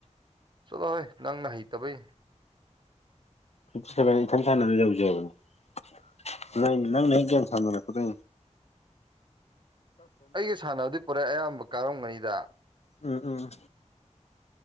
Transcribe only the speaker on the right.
ꯆꯠꯂꯣ ꯍꯣꯏ ꯅꯪꯅ ꯍꯩꯇꯕꯩ
ꯑꯩꯒꯤ ꯁꯥꯟꯅꯕꯗꯤ ꯄꯨꯔꯛꯦ ꯑꯌꯥꯝꯕ ꯀꯥꯔꯝꯒꯅꯤꯗ